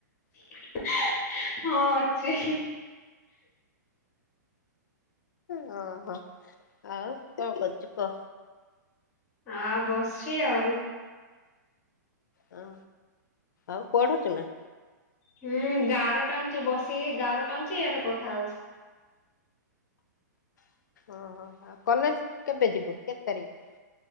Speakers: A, on the left (about 20°); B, on the left (about 75°).
A: <inaudible> ହଁ ଅଛି।
B: ହଁ ହଁ ଆଉ କଣ କରୁଛୁ କହ?
A: ଆ ବସଛି ଆଉ।
B: ହଁ, ଆଉ ପଢୁଛୁ ନା?
A: ହୁଁ, ଗାର ଟାଣୁଛି ବସିକି ଗାର ଟାଣୁଛି। ୟାର କଥା ହଉଛି।
B: ଓହୋ, କଲେଜ କେବେ ଯିବୁ। କେତେ ତାରିଖ?